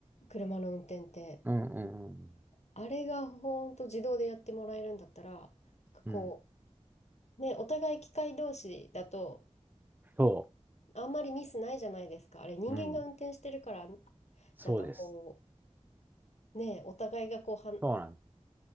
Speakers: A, on the left (about 70°); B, on the right (about 15°).
A: 車の運転って。
B: うん、うん、うん、
A: あれがほんと自動でやってもらえるんだったら、こう、
B: うん。
A: ね、お互い機械同士だと、
B: そ
A: あんまりミスないじゃないですか。あれ、人間が運転してるから、
B: う、うん、そうです。
A: なんかこう、ね、お互いがこう、はん、
B: そうなんです。